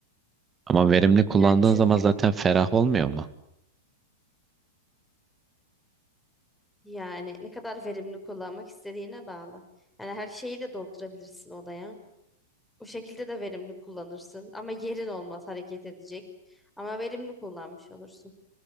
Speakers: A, on the right; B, in the centre.
A: Ama verimli kullandığın
B: Yani çünkü
A: zaman zaten ferah olmuyor mu?
B: yani ne kadar verimli kullanmak istediğine bağlı. Yani her şeyi de doldurabilirsin odaya. O şekilde de verimli kullanırsın. Ama yerin olmaz hareket edecek. Ama verimli kullanmış olursun.